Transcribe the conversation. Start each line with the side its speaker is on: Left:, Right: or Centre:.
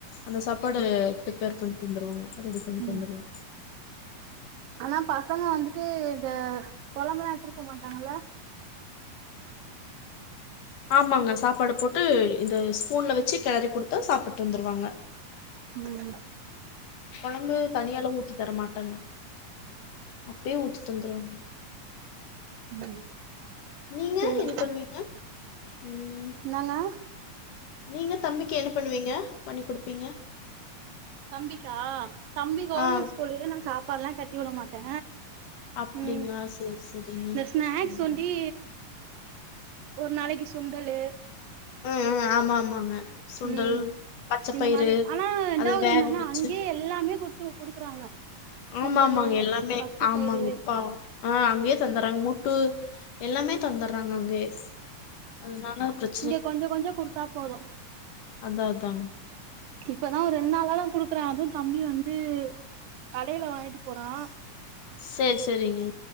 Left: அந்த சாப்பாடு ப்ரிபேர் பண் தந்துருவோங்க அத் ரெடி பண்ணி
Right: ம்
Left: தந்துருவோ
Right: ஆனா பசங்க வந்துட்டு இத கொழம்புல்லா எடுத்துட்டு போவாட்டாங்கள
Left: ஆமாங்க சாப்பாடு போட் த்து இத ஸ்பூன்ல வச்சி கெளறி குடுத்தா சாப்பிட் வந்துருவாங்க
Right: ஹும்
Left: கொழம்பு தனியாலா ஊத்தி தரமாட்டேங்க அப்டியே ஊத்தி தந்துருவென்
Right: ம்
Left: நீங்க
Right: சேரி
Left: என்ன பண்ணுவீங்க ம்
Right: நாங்க
Left: நீங்கள தம்பிக்கி என்ன பண்ணுவீங்க பண்ணி் குடுப்பீங்க
Right: தம்பிக்கா தம்பி கவ்ர்மண்
Left: ஆ
Right: ஸ்கூல்லுயே நா சாப்பாட்ல்லா கட்டி விட மாட்டே
Left: அப்படிங்களா
Right: ம்ஹு
Left: சரி சரிங்க.
Right: இந்த ஸ்நாக்ஸ்
Left: ம்.
Right: ஒண்டி ஒரு நாளைக்கு சுண்டலு
Left: ம் ம் ஆமா ஆமாங்க சுண்டல்
Right: ம்
Left: பச்சப்பயிறு
Right: இந்த மாரி ஆனா ரெண்டாவது
Left: அத வேகவெச்சு
Right: என்னன்னா அங்கயே எல்லாமே குடுத்து குடுக்குறாங்க சுண்டலு
Left: ஆமா ஆமாங்க எல்லாமே
Right: பச்ச
Left: ஆமாங்க
Right: பயிறு
Left: இப்பா ஆ அங்யே தந்துறாங் முட்டு எல்லாமே தந்துறாங் அங்கே அதனால ப்ரத்
Right: இங்கே கொஞ்சு கொஞ்சு குடுத்தா போது
Left: அத்தா அதா
Right: இப்பதா ஒ ரெண் நாளாதா குடுக்றே அது தம்பி வந்து கடைய்ல வாங்கிட்டு போறா
Left: செர் செரிங்க